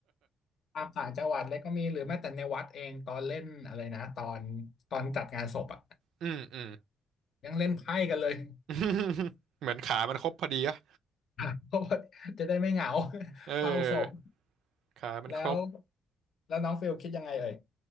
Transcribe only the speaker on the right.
อืม อืม
<laughs> เหมือนขามันครบพอดีอะ
เออ
ขามันครบ